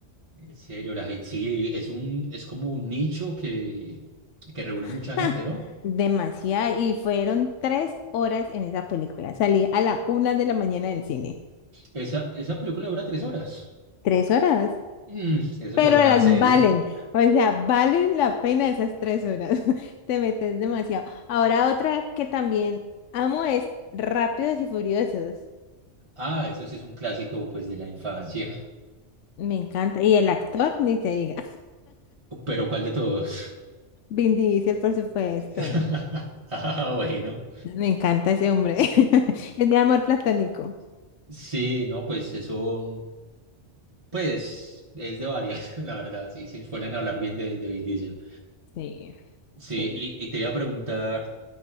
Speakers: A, on the right; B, on the left.
A: En serio, la gente sí, es un, es como un nicho que, que reúne mucha
B: <laughs>
A: gente,
B: ¡Ja!
A: ¿no?
B: Demasiado. Y fueron tres horas en esa película. Salí a la una de la mañana del cine.
A: Esa, esa película dura tres horas.
B: Tres horas.
A: Mm, eso
B: Pero
A: ya es una
B: las
A: serie.
B: valen. O sea, valen la pena esas tres horas. <laughs> Te metes demasiado. Ahora otra que también amo es Rápidos y Furiosos.
A: Ah, eso sí es un clásico, pues, de la infancia.
B: Me encanta. Y el actor, ni te diga.
A: Uh, Pero ¿cuál de todos?
B: Vin Diesel, por supuesto.
A: <laughs> Ah, bueno.
B: Me encanta ese hombre. <laughs> Es mi amor platónico.
A: Sí, no, pues eso. Pues es de varias, <laughs> la verdad, sí, sí, suelen hablar bien de, de Vin Diesel.
B: Sí,
A: Sí,
B: sí.
A: y, y te iba a preguntar,